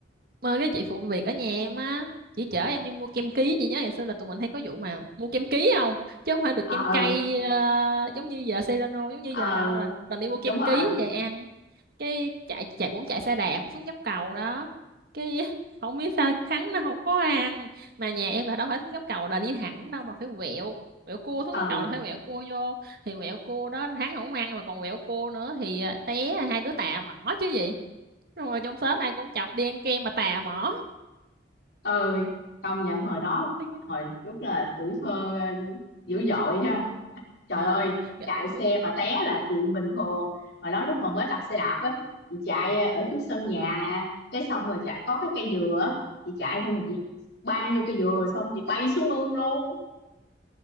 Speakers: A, on the right; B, on the left.
A: mà cái chị phụ việc ở nhà em á chị chở em đi mua kem ký chị nhớ ngày xưa là tụi mình hay có vụ mà mua kem ký không chứ không phải được
B: ờ
A: kem cay ờ, giống như giờ Celano giống
B: ờ
A: như giờ đâu là toàn đi mua kem
B: đúng rồi
A: ký về ăn cái chạy chạy cũng chạy xe đạp xuống dốc cầu đó cái <laughs> không biết sao thắng nó không có ăn mà nhà em là đâu phải xuống dốc cầu là đi thẳng đâu mà phải quẹo quẹo cua xuống
B: ừ
A: dốc cầu là phải quẹo cua vô thì quẹo cua đó hắn không ăn mà còn quẹo cua nữa thì à, té à, hai đứa tà mỏ chứ gì Xong rồi trong xóm ai cũng chọc đi ăn kem mà tà mỏ
B: ừ công nhận hồi đó
A: <laughs>
B: hồi lúc là tuổi thơ ờ, dữ dội ha trời
A: ờ
B: ơi
A: ghê
B: chạy xe mà té là chuyện bình thường hồi đó lúc mà mới tập xe đạp á chị chạy ờ, ở trước sân nhà nè cái xong rồi chạy có cái cây dừa á, chị chạy xong rồi chị bang vô cây dừa xong chị bay xuống mương luôn